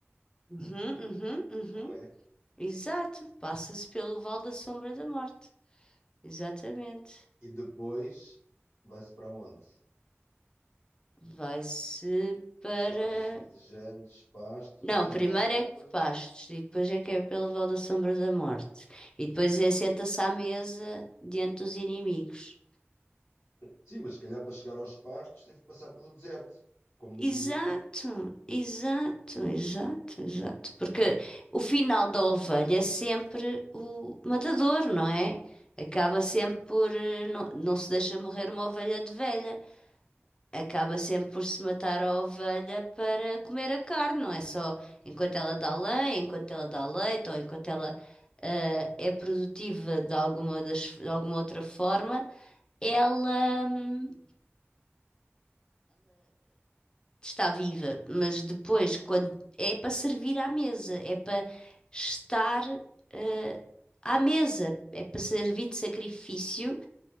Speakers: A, on the left; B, on the left.
A: Uhum, uhum, uhum.
B: não é?
A: Exato, passa-se pelo Vale da Sombra da Morte. Exatamente.
B: E depois vai-se para onde?
A: Vai-se para.
B: Para os verdejantes pastos
A: Não,
B: e
A: primeiro
B: águas.
A: é que Pastos e depois é que é pelo Vale da Sombra da Morte. E depois é senta-se à mesa diante dos inimigos.
B: Sim, mas se calhar para chegar aos pastos teve que passar pelo deserto, como
A: Exato,
B: diz aqui.
A: exato, exato, exato. Porque o final da ovelha é sempre o matador, não é? Acaba sempre por. eh, Não, não se deixa morrer uma ovelha de velha. acaba sempre por se matar a ovelha para comer a carne, não é só enquanto ela dá lã, enquanto ela dá leite ou enquanto ela ah, é produtiva de alguma, das, de alguma outra forma, ela hum, está viva, mas depois quando é para servir à mesa, é para estar ah, à mesa, é para servir de sacrifício